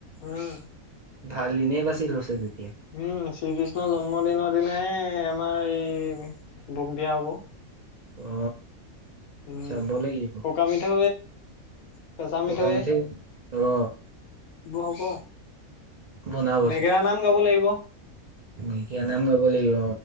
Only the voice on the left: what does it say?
উম।
উম শ্ৰীকৃষ্ণৰ জন্মদিনৰ দিনাই আমাৰ এই বক দিয়া হ'ব।
উম,
পকা মিঠা কেঁচা
মিঠৈ
এইবোৰ হব।
নেগেৰা নাম গাব লাগিব।